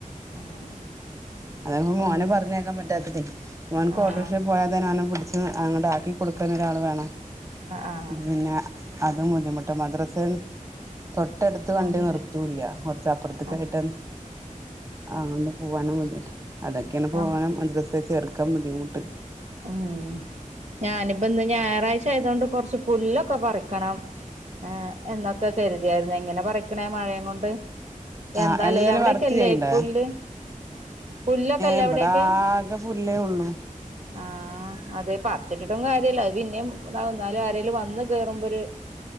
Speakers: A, on the right; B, on the right.
A: ആഹ്
B: അതാ ഇപ്പ മോനെ
A: അങ്ങനെ
B: പറഞ്ഞയക്കാൻ പറ്റാത്തതെ മോനുക്ക്
A: ആഹ്
B: ഓട്ടോറിക്ഷ പോയാ തന്നെ അവനെ പിടിച്ചു അങ്ങോട്ട് ആക്കി കൊടുക്കൻ ഒരാള് വേണം.
A: ആഹ്
B: പിന്നെ അതും ബുദ്ധിമുട്ട് മദ്രസൻ- തൊട്ടടുത്ത് വണ്ടി
A: ആണല്ലേ
B: നിർത്തൂല്ല കൊറച്ചപ്പുറത്തേക്കായിട്ട്
A: ആഹ്
B: അങ്ങ്- പോവാനും ബുദ്ധിമുട്ട് അതൊക്കെയാണ് പോകാനും
A: ആഹ്
B: മദ്രസേ ചേർക്കാൻ ബുദ്ധിമുട്ട്
A: ഉം ഞാനിപ്പ എന്താ ഞായറാഴ്ച ആയത് കൊണ്ട് കൊറച്ച് പുല്ലൊക്കെ പറിക്കാ - ക്കണം ഏ എന്നൊക്കെ കരുതിയായിരുന്നു എങ്ങനെ പറിക്കണേ മഴേ കൊണ്ട്
B: ആ
A: എന്താലേ
B: എന്തേലും
A: അവിടെക്കെല്ലേ
B: വർക്ക് ചെയ്യ്ണ്ടഏ
A: പുല്ല് പുല്ലൊക്കെല്ലേ
B: ഇവിടെ
A: അവിടെയൊക്കെ
B: ആകെ - പുല്ലേ ഒള്ളൂ
A: ആഹ് അതെ പറിച്ചിട്ടിട്ടും കാര്യല്ല അത് പിന്നെയും ഇതാവും എന്നാലും ആരേലും വന്ന്- കേറുമ്പോര്